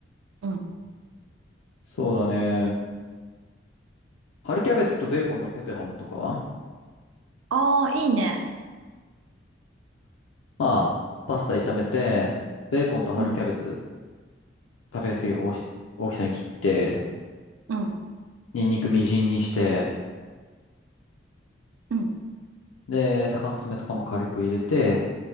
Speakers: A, on the right; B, on the left.
A: うん。
B: そうだね。春キャベツとベーコンのペペロンとかは、
A: ああ、いいね。
B: まあ、パスタ炒めて、ベーコンと春キャベツ
A: うん。
B: 食べやすい大き、大きさに切って、
A: うん
B: ニンニクみじんにして、
A: うん。
B: で、鷹の爪とかも軽く入れて、